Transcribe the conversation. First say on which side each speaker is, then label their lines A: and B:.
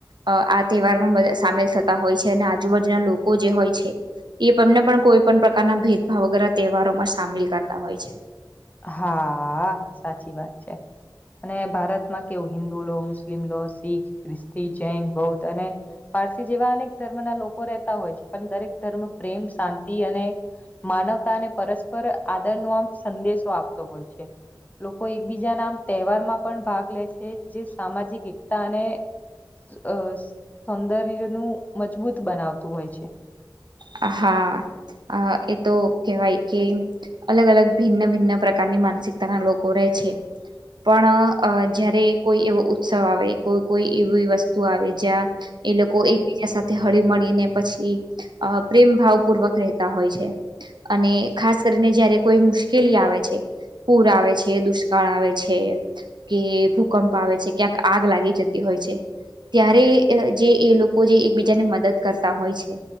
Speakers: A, on the right (about 70°); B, on the left (about 20°).
A: અ આ તહેવારમાં બધા સામેલ થતા હોય છે અને આજુબાજુના લોકો જે હોય છે. એ તમને પણ કોઈ પણ પ્રકારના ભેદભાવ વગેરે તહેવારોમાં સામેલ કરતા હોય છે.
B: હાઆ સાચી વાત છે. અને ભારતમાં કેવું હિન્દુ લો મુસ્લિમ લો શીખ ખ્રિસ્તી જૈન બૌદ્ધ અને પારસી જેવા અનેક ધર્મના લોકો રહેતા હોય છે. પણ દરેક ધર્મ પ્રેમ શાંતિ અને માનવતાને પરસ્પર આદર નો આમ સંદેશો આપતો હોય છે. લોકો એકબીજા ના આમ તહેવાર માં પણ ભાગ લે છે, જે સામાજિક એકતા અને અ સૌંદર્યનુંું મજબૂત બનાવતું હોય છે.
A: હા અ એ તો કેવાય કે અલગ અલગ ભિન્ન ભિન્ન પ્રકારની માનસિકતાના લોકો રહે છે. પણ અ જયારે કોઈ એવો ઉત્સવ આવે કોઈ કોઈ એવી વસ્તુ આવે જ્યાં એ લોકો એકબીજા સાથે હળી મળીને પછી. અ પ્રેમ ભાવ પૂર્વક રહેતા હોય છે અને ખાસ કરીને જયારે કોઈ મુશ્કેલી આવે છે. પૂર આવે છે દુષ્કાળ આવે છે કે ભૂકંપ આવે છે, ક્યાંક આગ લાગી જતી હોય છે ત્યારે જે એ લોકો જે એકબીજાને મદદ કરતા હોય છે.